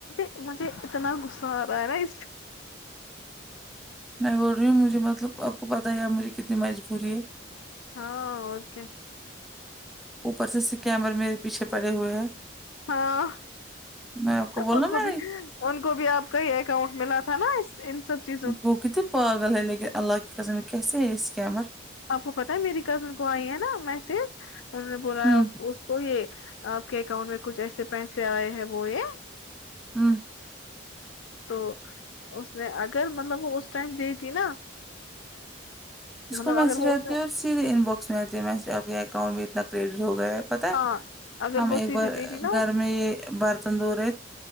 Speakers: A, on the left; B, in the centre.
A: کے مجھے اتنا غصہ آ رہا ہے نا اس
B: میں بول رہی ہوں مجھے مطلب آپ کو پتا ہے یار آپ میری کتنی مجبوری ہے
A: ہاں اور کیا
B: اوپر سے اسکیمر میرے پیچھے پڑے ہوئے ہیں
A: ہاں
B: میں آپ کو بولنا
A: ان
B: میں
A: بھی ان کو بھی آپ کا ہی اکاؤنٹ ملا تھا نا اس ان سب چیز
B: گوگی تو پاگل ہے اللہ کی خسم کیسے اس سکیمر
A: آپ کو پتا ہے میری کزن کو آئی ہے نا میسج انہوں نے بولا
B: ہوں
A: تو یہ آپ کے اکاؤنٹ میں کچھ ایسے پیسے آئے ہیں وہ یہ
B: ہوں
A: تو اس نے اگر مطلب وہ اس ٹائم دی تھی نا
B: اس
A: مطلب
B: کو میسج
A: اگر وہ
B: اتی
A: اس نے
B: ہے اور سیدھے ان باکس میں اتی ہے کے اکاؤنٹ بھی اتنا کریڈٹ ہو گیا ہے پتا ہے
A: ہاں اگر
B: ہم
A: وہ
B: ایک
A: سیدھے
B: بار
A: دے دی نا
B: گھر میں یہ برتن دھو رہے